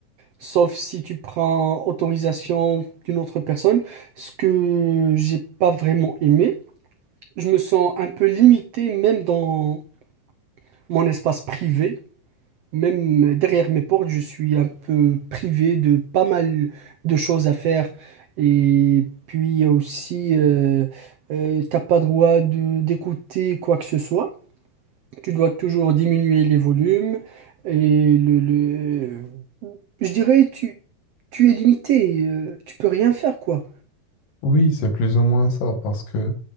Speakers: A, on the right; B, on the left.
A: sauf si tu prends autorisation d'une autre personne, ce que j'ai pas vraiment aimé. Je me sens un peu limité même dans mon espace privé. Même derrière mes portes, je suis un peu privé de pas mal de choses à faire. Et puis aussi, euh, euh, t'as pas droit de d'écouter quoi que ce soit. Tu dois toujours diminuer les volumes. Et le, le... Je dirais, tu, tu es limité. euh, tu peux rien faire, quoi.
B: Oui, c'est plus ou moins ça, parce que